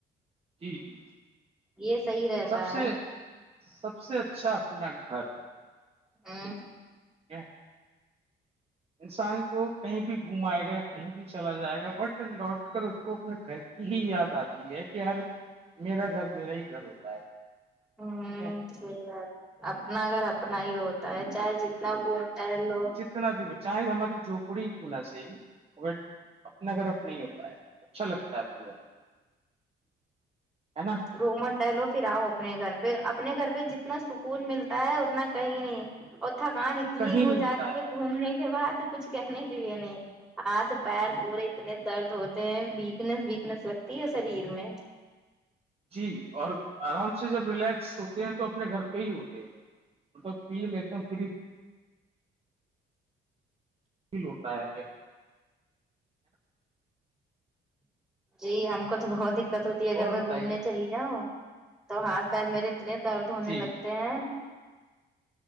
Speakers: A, on the right; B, in the centre.
A: جی جی
B: یہ صحی رہتا
A: سب سے
B: ہے
A: سب سے اچھا اپنا گھر
B: ہوں
A: کیا انسان کو کہیں بھی گھمائے گا کہیں بھی چلا جائے گا بٹ لوٹ کر اس کو اپنے گھر یہی یاد آتی ہے کہ ہر میرا گھر میرا ہی گھر ہوتا ہے
B: ہ
A: ٹھیک ہے
B: صحیح بات اپنا اگر اپنا ہی ہوتا ہے چاہے جتنا گھومتا ہے لو
A: کتنا بھی ہو چاہے ہماری جھپڑی کی ل سےی ہی مگر اپنا گھر اب نہیں ہوتا ہے اچھا لگتا ہے اپنے گھر نا
B: روومٹ ٹہلو پھر آؤ اپنے گھر پہ اپنے گھر پہ جتنا سکون ملتا ہے اتنا کہیں نہیں اور تھکان اتنی
A: کہیں
B: ہو
A: نہیں ملتا
B: جاتی ہے گھومنے کے بعد کچھ کہنے کے لیے نہیں ہاتھ پیر پورے اتنے درد ہوتے ہیں ویکنیس ویکنیس لگتی ہے شریر میں
A: جی اور آرام سے جب ریلیکس ہوتے ہیں تو اپنے گھر پہ ہی ہوتے ہیں فل ایکم ف ل ہوٹتا ہے کہ
B: جی ہم کو تو بہت دقت ہوتی ہے اگر
A: اور
B: میں
A: بتائیے
B: گھومنے چلی جاؤں تو ہاتھ پیر میرے اتنے درد ہونے
A: جی
B: لگتے ہیں